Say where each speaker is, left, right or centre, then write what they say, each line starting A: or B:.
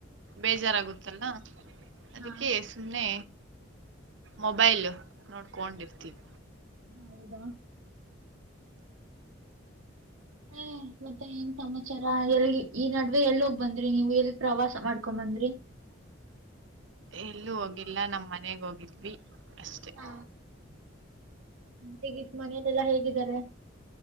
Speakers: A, on the right; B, on the right.
A: ಬೇಜಾರಾಗುತ್ತಲ್ಲ ಅದಕ್ಕೆ
B: ಹಾ
A: ಸುಮ್ನೆ ಮೊಬೈಲ್ ನೋಡಿಕೊಂಡು ಇರ್ತಿವಿ
B: ಹೌದಾ ಹ್ಮ್ ಮತ್ತೆ ಏನ್ ಸಮಾಚಾರ ಎಲ್ಲಿ ಈ ನಡುವೆ ಎಲ್ ಹೋಗ್ ಬಂದ್ರಿ ನೀವು ಎಲ್ಲಿ ಪ್ರವಾಸ ಮಾಡ್ಕೊಂಡ್ ಬಂದ್ರಿ <unintelligible>
A: ಎಲ್ಲೂ ಹೋಗಿಲ್ಲ ನಮ್ಮ್ ಮನೆಗ್ ಹೋಗಿದ್ವಿ ಅಷ್ಟೆ
B: ಹಾ ಹೇಗತ್ತು ಮನೆಯಲೆಲ್ಲಾ ಹೇಗಿದ್ದಾರೆ